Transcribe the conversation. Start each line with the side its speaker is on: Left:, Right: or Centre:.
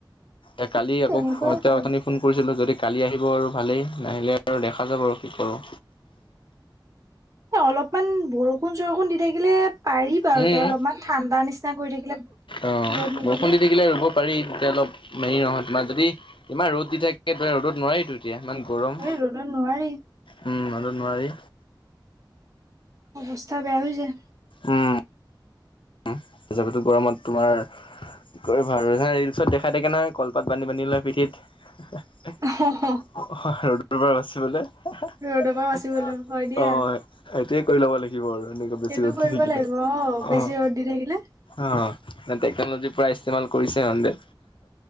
Left: এ কালি
Right: তেনেকুৱাই
Left: আকৌ <unintelligible>
Right: কৰে
Left: ফোন কৰিছিলোঁ যদি কালি আহিব আৰু ভালেই, নাহিলে আৰু দেখা যাব আৰু কি কৰোঁ।
Right: অলপমান বৰষুণ চৰষুণ দি থাকিলে পাৰি বাৰু
Left: উম।
Right: তে অলপমান ঠাণ্ডা নিচিনা কৰি থাকিলে ৰ'দ
Left: অ',
Right: নিদিলে।
Left: <unintelligible> থাকিলে ৰুব পাৰি তেতিয়া অলপ হেৰি নহয় তোমাৰ যদি ইমান ৰ'দ দি থাক ৰ'দত নোৱাৰি টো এতিয়া ইমান গৰম,
Right: এই ৰ'দত নোৱাৰি
Left: উম, ৰ'দত নোৱাৰি।
Right: অৱস্থা বেয়া হৈ যায়।
Left: উম। <unintelligible> গৰমত তোমাৰ <unintelligible> নহয় ৰিলচত দেখাই থাকে নহয় কলপাত বান্ধি-বান্ধি লয় পিঠিত।
Right: <unintelligible>
Left: অ', ৰ'দৰ পৰাৰ বাচিবলে, অ', হয়।
Right: ৰ'দৰ পৰা বাচিবলৈ দিয়া
Left: সেইটোয়ে কৰি ল'ব লাগিব আৰু এনেকুৱা
Right: সেইটো
Left: বেছি ৰ'দ
Right: কৰিব
Left: দি থাকিলে,
Right: লাগিব অ বেছি
Left: অ'।
Right: ৰ'দ দি থাকিলে।
Left: অ', <unintelligible> টেকনলজি পুৰা ইস্তেমাল কৰিছে ইহঁতে।